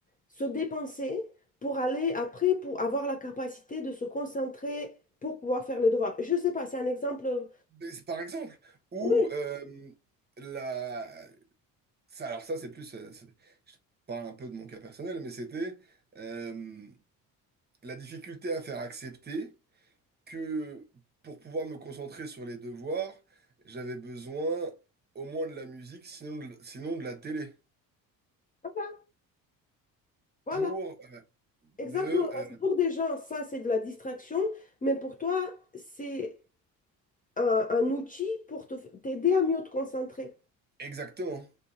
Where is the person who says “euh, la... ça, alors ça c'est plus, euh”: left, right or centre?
Right